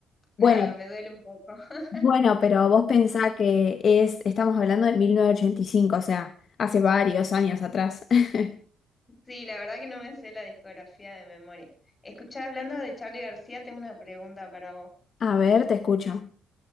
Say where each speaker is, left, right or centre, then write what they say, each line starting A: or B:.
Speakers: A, on the left (about 45°); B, on the left (about 20°).
A: Bueno,
B: nada, me duele un poco. <laughs>
A: bueno, pero vos pensá que es, estamos hablando de mil novecientos ochenta y cinco. o sea, hace varios años atrás. <laughs>
B: Sí, la verdad que no me sé la discografía de memoria. Escuchá, hablando de Charlie García, tengo una pregunta para vos.
A: A ver, te escucho.